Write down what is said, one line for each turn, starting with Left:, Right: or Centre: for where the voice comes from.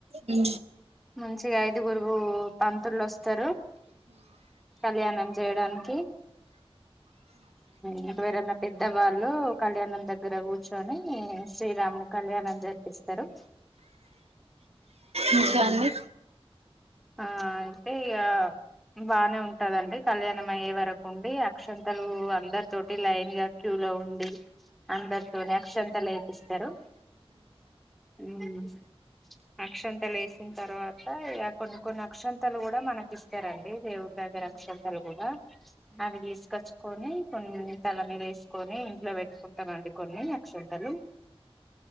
Right: హ్
Centre: మంచిగా ఐదుగురు పంతుళ్లు వోస్తారు. కళ్యాణం చేయడానికి ఇంకవేరన్న పెద్దవాళ్ళు కళ్యాణం దగ్గర కూర్చొని శ్రీరాముని కళ్యాణం జరిపిస్తారు.
Right: ఇంక
Centre: ఉమ్
Right: అండి.
Centre: ఆ అయితే ఇగా బానే ఉంటదండి. కళ్యాణం అయ్యే వరకు ఉండి. అక్షంతలు అందరి తోటి లైన్ గా క్యూ లో ఉండి. అందరితోని అక్షంతలు ఏపిస్తారు. హ్ అక్షంతల వేసిన తర్వాత కొన్ని కొన్ని అక్షంతాలు కూడా మనకి ఇస్తారండి దేవుడు <unintelligible> రక్షతాలు కూడా అవి తీసుకొచ్చు కని కొన్ని తలని వేసుకొని ఇంట్లో పెట్టుకుంటామండి కొన్ని అక్షంతలు,